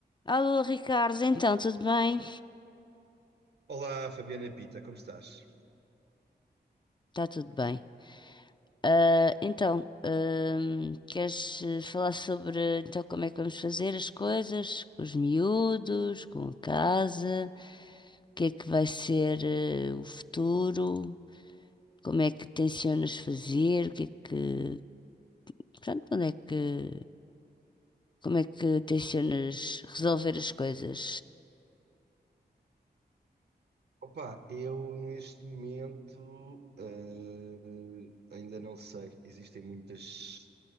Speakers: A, on the left; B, on the right.
A: Alô, Ricardo, então, tudo bem?
B: Olá, Fabiana Pita, como estás?
A: Está tudo bem. Ah, então, ahm, queres eh, falar sobre então, como é que vamos fazer as coisas com os miúdos, com a casa, o que é que vai ser eh, o futuro, como é que tencionas fazer, o que é que, pronto, onde é que, como é que tencionas resolver as coisas?
B: Opa, eu neste momento eh, ainda não sei. Existem muitas